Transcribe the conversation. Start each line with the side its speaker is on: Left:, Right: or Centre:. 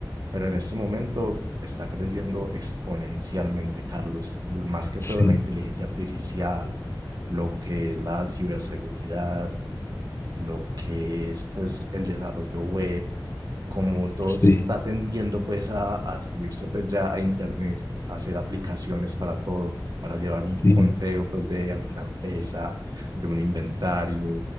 Right: pero en este momento está creciendo exponencialmente, Carlos, más que
Left: sí,
Right: todo la inteligencia artificial, lo que es la ciberseguridad, lo que es pues el desarrollo web como todo
Left: sí,
Right: se está tendiendo pues a, a subirse pues ya a internet, a hacer aplicaciones para todo, para llevar un
Left: sí,
Right: conteo pues de alguna empresa, de un inventario,